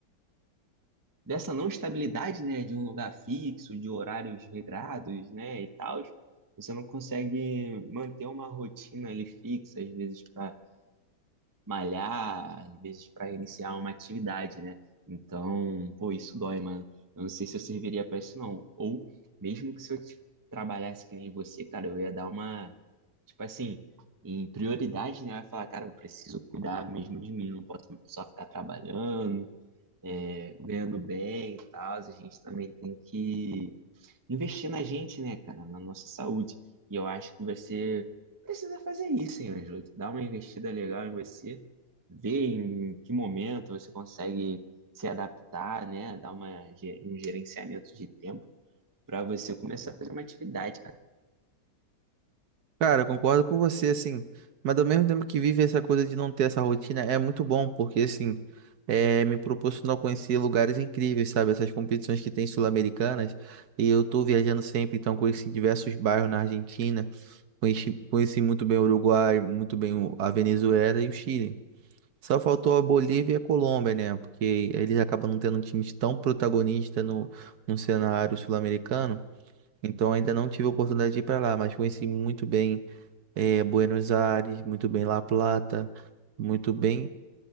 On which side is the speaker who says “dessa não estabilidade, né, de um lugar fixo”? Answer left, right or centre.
Right